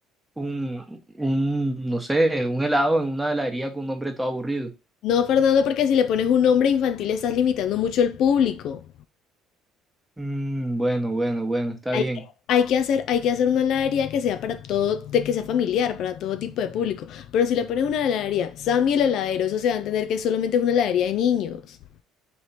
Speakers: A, in the centre; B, on the left.
A: un, un, no sé, un helado en una heladería con un nombre todo aburrido.
B: No, Fernando, porque si le pones un nombre infantil estás limitando mucho el público.
A: Mm, bueno, bueno, bueno, está
B: Hay
A: bien.
B: que, hay que hacer, hay que hacer una heladería que sea para todo, de que sea familiar, para todo tipo de público. Pero si le pones una heladería, Sammy el heladero, eso se va a entender que solamente es una heladería de niños.